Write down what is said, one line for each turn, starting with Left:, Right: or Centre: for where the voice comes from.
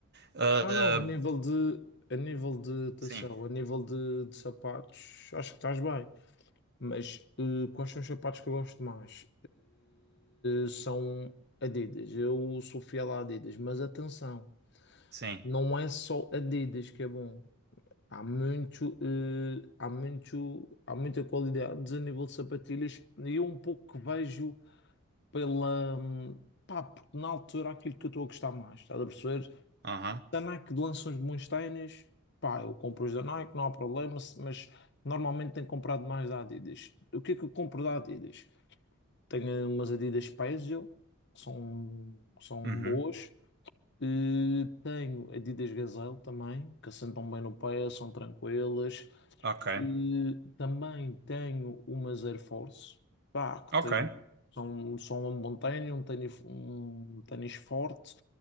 Right: ah,
Left: Não,
Right: ah,
Left: não, a nível de, a nível de atenção,
Right: sim,
Left: a nível de, de sapatos, acho que estás bem. Mas eh, quais são os sapatos que eu gosto mais? Eh, são Adidas. Eu sou fiel a Adidas, mas atenção,
Right: sim,
Left: não é só Adidas que é bom. Há muito, eh, há muito, há muita qualidade a nível de sapatilhas e eu um pouco que vejo. pela. hum, Pá, porque na altura aquilo que eu estou a gostar mais, estás a perceber?
Right: aham,
Left: Da Nike lança uns bons ténis, pá, eu compro os da Nike, não há problema, se- mas normalmente tenho comprado mais da Adidas. O que é que eu compro da Adidas? Tenho umas Adidas Pezzil, que são, que são
Right: uhum,
Left: boas. E tenho Adidas Gazelle também, que assentam bem no pé, são tranquilas.
Right: ok,
Left: Eh, também tenho umas Air Force, pá, que
Right: ok.
Left: tem, são, são um bom tênis, um tênis, um tênis forte